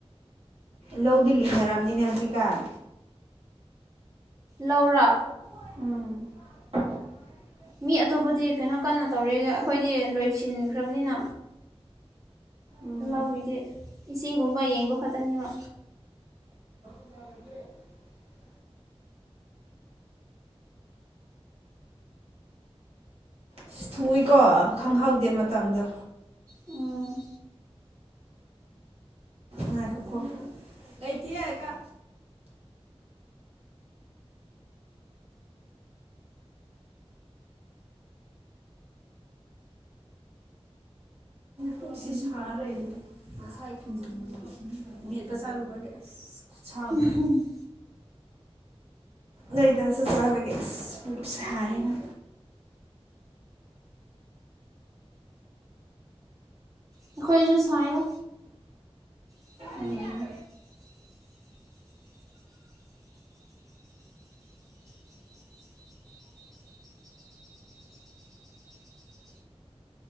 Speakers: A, on the right; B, on the right.
A: ꯂꯧꯗꯤ ꯂꯤꯡꯅꯔꯝꯅꯤꯅꯦ ꯍꯧꯖꯤꯛꯀꯥꯟ
B: ꯂꯧꯔꯣ
A: ꯎꯝ
B: ꯃꯤ ꯑꯇꯣꯞꯄꯗꯤ ꯀꯩꯅꯣ ꯀꯟꯅ ꯇꯧꯔ ꯑꯩꯈꯣꯏꯗꯤ ꯂꯣꯏꯁꯤꯟꯈ꯭ꯔꯕꯅꯤꯅ
A: ꯎꯝ
B: ꯂꯧꯒꯤꯗꯤ ꯏꯁꯤꯡꯒꯨꯝꯕ ꯌꯦꯡꯕ ꯈꯛꯇꯅꯦꯕ
A: <inaudible> ꯑꯁ ꯊꯨꯏꯀꯣ ꯈꯪꯍꯧꯗꯦ ꯃꯇꯝꯗꯣ
B: ꯑꯝ
A: ꯉꯥꯏꯈꯣꯀꯣ ꯂꯩꯇꯤꯌꯦ ꯀꯥ ꯄꯣꯛꯁꯤ ꯁꯥꯔ ꯂꯩꯔꯤꯅꯦ ꯉꯁꯥꯏ ꯊꯥꯡꯖꯤꯡ ꯃꯦꯠꯄ ꯆꯥꯔꯨꯕ ꯑꯁ ꯈꯨꯠꯁꯥ ꯑꯃ
B: ꯎꯝ ꯍꯝ
A: ꯅꯣꯏꯗꯥꯁꯨ ꯆꯥꯕꯒꯤ ꯑꯁ ꯄꯨꯛ ꯁꯥꯏꯌꯦꯅꯦ
B: ꯑꯩꯈꯣꯏꯁꯨ ꯁꯥꯏꯌꯦ <inaudible>
A: ꯎꯝ
B: <inaudible> <inaudible>